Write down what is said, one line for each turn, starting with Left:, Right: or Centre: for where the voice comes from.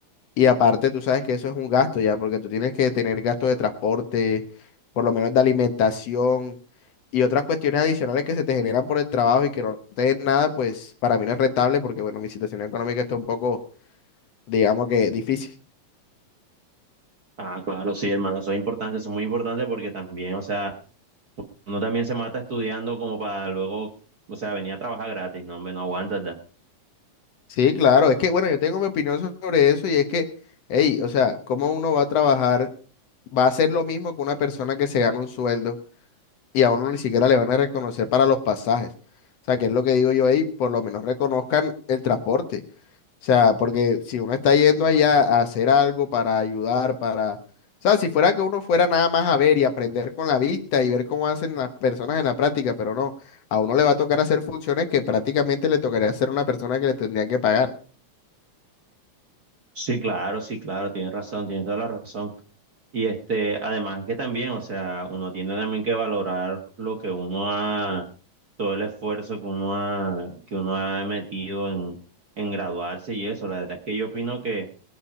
Left: Y aparte, tú sabes que eso es un gasto ya, porque tú tienes que tener gastos de transporte, por lo menos de alimentación. y otras cuestiones adicionales que se te generan por el trabajo y que no te den nada, pues para mí no es rentable porque, bueno, mi situación económica está un poco, digamos que difícil.
Right: Ah, claro, sí, hermano, eso es importante, eso es muy importante porque también, o sea, uno también se mata estudiando como para luego, o sea, venir a trabajar gratis, no, hombre, no aguantas, ¿da?
Left: Sí, claro, es que, bueno, yo tengo mi opinión sobre eso y es que, hey, o sea, ¿cómo uno va a trabajar, va a hacer lo mismo que una persona que se gana un sueldo? y a uno ni siquiera le van a reconocer para los pasajes. O sea, que es lo que digo yo ahí, por lo menos reconozcan el transporte. O sea, porque si uno está yendo allá a hacer algo para ayudar, para... O sea, si fuera que uno fuera nada más a ver y aprender con la vista y ver cómo hacen las personas en la práctica, pero no, a uno le va a tocar hacer funciones que prácticamente le tocaría hacer a una persona que le tendría que pagar.
Right: Sí, claro, sí, claro, tienes razón, tienes toda la razón. Y este, además que también, o sea, uno tiene también que valorar lo que uno ha, todo el esfuerzo que uno ha, que uno ha metido en, en graduarse y eso. La verdad es que yo opino que